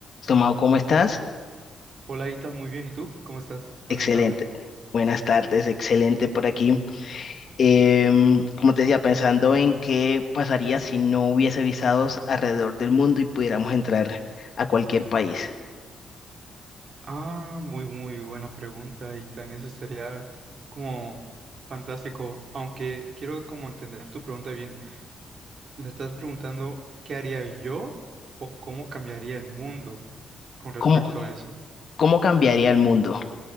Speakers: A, on the left; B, on the right.
A: Tomado, ¿cómo estás?
B: Hola, Itan, muy bien. ¿Y tú? ¿Cómo estás?
A: Excelente.
B: Buenas tardes.
A: Buenas tardes, excelente por aquí. Em, como te decía, pensando en qué pasaría si no hubiese visados alrededor del mundo y pudiéramos entrar a cualquier país.
B: Ah, muy, muy buena pregunta, Itan. Eso sería como fantástico, aunque quiero como entender tu pregunta bien. Me estás preguntando qué haría yo o cómo cambiaría el mundo con respecto
A: ¿Cómo,
B: a eso.
A: cómo cambiaría el mundo?